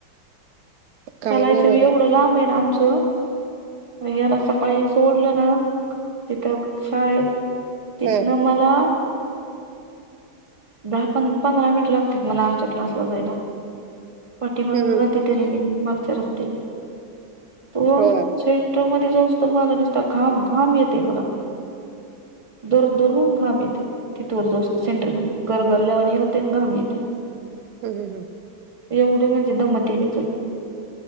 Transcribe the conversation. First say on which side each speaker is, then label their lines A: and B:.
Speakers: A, on the right (about 65°); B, on the right (about 15°).
A: काय
B: चालायचं
A: नाही बघा
B: एवढं लांब आहे ना आमचं याला सकाळी सोडलं ना तिथं शाळेत तिथनं
A: ह
B: मला दहा प पंधरा मिनिट लागत्यात मला आमच्या क्लासला जायला पाठी मागन
A: हम्म हम्म
B: जाते तरी मी मागच्या रस्त्याने <unintelligible>
A: होय
B: तर मध्ये जाऊस तर मला निसता घाम घाम येतय मला दरदरून घाम येतेय तिथे वर जास्तो सेंटरमध्ये गरगरल्यावानी होते अन घाम येते.
A: हम हम हम
B: एवढे म्हणजे दमते मी चलू